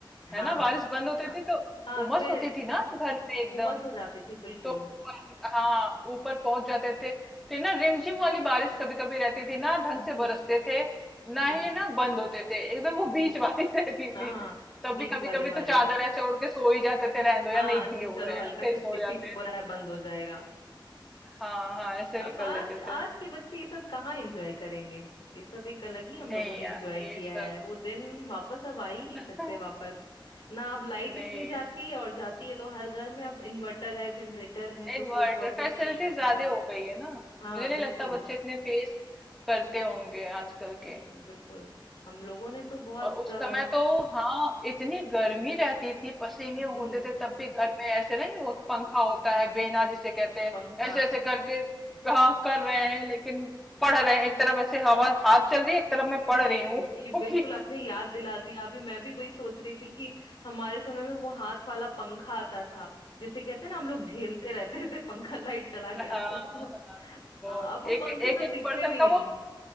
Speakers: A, on the left; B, in the centre.
A: हाँ
B: है ना बारिश बंद होती थी तो
A: हाँ
B: उमस
A: फिर
B: होती थी ना घर
A: जी
B: में एकदम
A: उमस हो जाती थी बिल्कुल
B: तो ऊपर हाँ ऊपर पहुंच जाते थे फिर ना रिमझिम वाली बारिश कभी कभी रहती थी ना ढंग
A: जी
B: से बरसते थे
A: जी
B: ना ही ना बंद होते थे एकदम वो
A: जी
B: बीच वाली <laughs> रहती थी
A: हाँ
B: तब
A: बीच
B: भी कभी
A: वाली
B: कभी
A: बारिश
B: तो चादर ऐसे ओढ़ के सो ही जाते थे रहने दो यार
A: हाँ
B: नहीं गीले
A: कि
B: हो
A: चलो
B: रहे
A: हल्का
B: हैं ऐसे
A: टिप
B: ही सो
A: टिप
B: जाते
A: ही तो हो
B: हैं
A: रहा है बंद हो जाएगा
B: हाँ हाँ ऐसे
A: अब
B: भी
A: आज
B: कर लेते थे
A: आज के बच्चे ये सब कहाँ एंजॉय करेंगे ये सब एक अलग ही हम
B: नहीं
A: लोगों ने
B: यार
A: एंजॉय
B: ये
A: किया
B: सब
A: है वो दिन वापस अब आ ही नहीं सकते
B: <laughs>
A: वापस ना अब लाइट
B: नहीं
A: इतनी जाती है और जाती है तो हर घर में अब इन्वर्टर है जनरेटर है
B: इन्वर्टर
A: तो कोई प्रॉब्लम
B: फैसिलिटी
A: ही नहीं आता
B: ज्यादा हो गई है ना
A: हाँ
B: मुझे नहीं
A: बिल्कुल
B: लगता बच्चे इतने फेस करते होंगे आजकल
A: नहीं
B: के
A: बिल्कुल हम लोगों ने तो बहुत
B: और उस
A: अम,
B: समय तो हाँ इतनी गर्मी रहती थी पसीने
A: जी
B: होते थे तब भी घर में ऐसे नहीं हो पंखा होता
A: जी
B: है बेना जिसे
A: जी
B: कहते हैं
A: पंखा
B: ऐसे ऐसे करके कहा कर रहे हैं लेकिन पढ़ रहे हैं
A: जी
B: एक तरफ ऐसे हवा हाथ चल रही है एक तरफ मैं पढ़
A: जी
B: रही हूँ
A: जी
B: <laughs> क्योंकि
A: बिल्कुल आपने याद दिला दिया अभी मैं भी वही सोच रही थी कि हमारे समय में वो हाथ वाला पंखा आता था जिसे कहते हैं ना हम लोग झेलते रहते थे पंखा लाइट चला गया
B: हाँ
A: तो <laughs>
B: हाँ बहुत
A: हाँ अब वो
B: एक
A: पंखे
B: एक
A: तो
B: एक
A: दिखते
B: पर्सन
A: भी
B: का
A: नहीं
B: वो
A: है